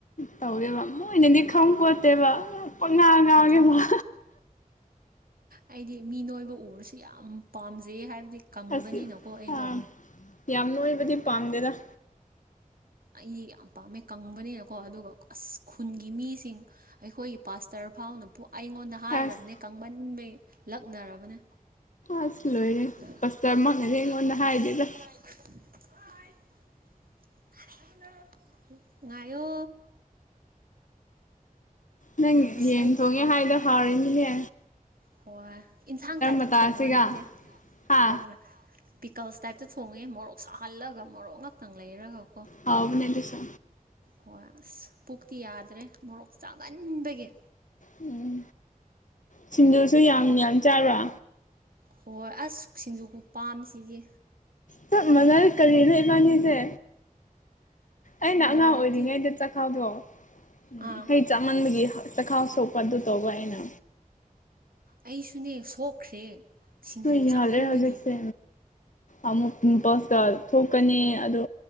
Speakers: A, on the left; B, on the right.
A: ꯇꯧꯋꯦꯕ ꯃꯣꯏꯅꯗꯤ ꯈꯪꯄꯣꯠꯇꯦꯕ ꯄꯪꯉꯥꯡ ꯉꯥꯡꯉꯦ
B: ꯑꯗꯨꯅꯤ
A: ꯋꯥ
B: ꯑꯩꯗꯤ ꯃꯤ ꯅꯣꯏꯕ ꯎꯔꯁꯨ ꯌꯥꯝ ꯄꯥꯝꯖꯩ ꯍꯥꯏꯕꯗꯤ ꯀꯪꯕꯅꯤꯅꯀꯣ
A: ꯑꯁ
B: ꯑꯩꯗꯣ
A: ꯑꯥ ꯌꯥꯝ ꯅꯣꯏꯕꯗꯤ ꯄꯥꯝꯗꯦꯗ
B: ꯑꯩ ꯌꯥꯝ ꯄꯥꯝꯃꯦ ꯀꯪꯕꯅꯤꯅꯀꯣ ꯑꯗꯨꯒ ꯑꯁ ꯈꯨꯟꯒꯤ ꯃꯤꯁꯤꯡ ꯑꯩꯈꯣꯏꯒꯤ ꯄꯥꯁꯇꯔ ꯐꯥꯎꯅ ꯑꯩꯉꯣꯟꯗ ꯍꯥꯏꯔꯕꯅꯦ
A: ꯑꯁ
B: ꯀꯪꯃꯟꯕꯩ ꯂꯛꯅꯔꯕꯅꯦ
A: ꯑꯁ ꯂꯣꯏꯔꯦ
B: <unintelligible>
A: ꯄꯁꯇꯔꯃꯛꯅꯗꯤ ꯑꯩꯉꯣꯟꯗ ꯍꯥꯏꯗꯦꯗ
B: <inaudible> ꯉꯥꯏꯌꯣ
A: ꯅꯪ
B: ꯑꯁ
A: ꯌꯦꯟ
B: ꯑꯩ
A: ꯊꯣꯡꯉꯦ ꯍꯥꯏꯗꯣ ꯍꯥꯎꯔꯤꯅꯤꯅꯦ
B: ꯍꯣꯏ ꯏꯟꯁꯥꯡ ꯇꯥꯏꯞꯇ
A: ꯃꯇꯥꯁꯤꯒ
B: ꯊꯣꯡꯕ ꯅꯠꯇꯦ
A: ꯍꯥ
B: ꯍꯣꯏ ꯄꯤꯀꯜꯁ ꯇꯥꯏꯞꯇ ꯊꯣꯡꯉꯦ ꯃꯣꯔꯣꯛ ꯁꯥꯍꯜꯂꯒ ꯃꯣꯔꯣꯛ ꯉꯥꯛꯇꯪ ꯂꯩꯔꯒ ꯀꯣ
A: ꯍꯥꯎꯕꯅꯦꯗꯁ
B: ꯍꯣꯏ ꯑꯁ ꯄꯨꯛꯇꯤ ꯌꯥꯗ꯭ꯔꯦ ꯃꯣꯔꯣꯛ ꯆꯥꯃꯟꯕꯒꯤ
A: ꯎꯝ ꯁꯤꯡꯖꯨꯁꯨ ꯌꯥꯝ ꯌꯥꯝ ꯆꯥꯔꯣ
B: ꯍꯣꯏ ꯑꯁ ꯁꯤꯡꯖꯨꯄꯨ ꯄꯥꯝꯃꯤꯁꯤꯗꯤ
A: ꯆꯞ ꯃꯅ ꯀꯔꯤꯅꯣ ꯏꯕꯥꯅꯤꯁꯦ ꯑꯩꯅ
B: ꯃꯣꯔꯣꯛꯇꯤ
A: ꯑꯉꯥꯡ ꯑꯣꯏꯔꯤꯉꯩꯗ ꯆꯥꯛꯈꯥꯎꯗꯣ ꯎꯝ
B: ꯑꯥ
A: ꯍꯩ ꯆꯥꯃꯟꯕꯒꯤ ꯆꯈꯥꯎ ꯁꯣꯛꯄ ꯑꯗꯨ ꯇꯧꯕ ꯑꯩꯅ
B: ꯑꯩꯁꯨꯅꯦ ꯁꯣꯛꯈ꯭ꯔꯦ ꯁꯤꯡꯖꯨ
A: ꯅꯣꯏ ꯌꯥꯂꯦ
B: ꯆꯥꯃꯟꯕꯒꯤ
A: ꯍꯧꯖꯤꯛꯁꯦ ꯑꯃꯨꯛ ꯄꯤꯝꯄꯜꯁꯀ ꯊꯣꯛꯀꯅꯤ ꯑꯗꯣ